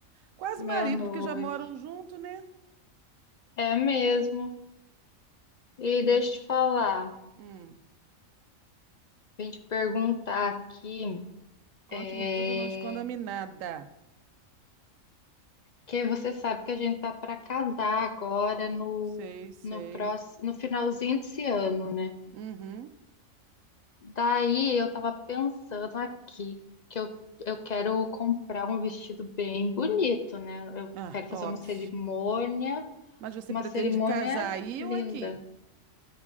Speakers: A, on the right (about 75°); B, on the left (about 55°).
A: Quase
B: meu
A: marido,
B: noivo.
A: porque já moram junto, né?
B: É mesmo. E
A: E-
B: deixa eu te falar,
A: hum,
B: vim te perguntar aqui,
A: conte-me
B: é,
A: tudo, não esconda-me nada.
B: que você sabe que a gente tá para casar agora no,
A: Sei, sei.
B: no próximo, no finalzinho desse ano, né?
A: Uhum.
B: Daí eu tava pensando aqui que eu, eu quero comprar um vestido bem bonito, né? Eu
A: Ah,
B: quero fazer
A: óbvio.
B: uma cerimônia
A: Mas você
B: Uma
A: pretende
B: cerimônia
A: casar aí
B: linda.
A: ou aqui?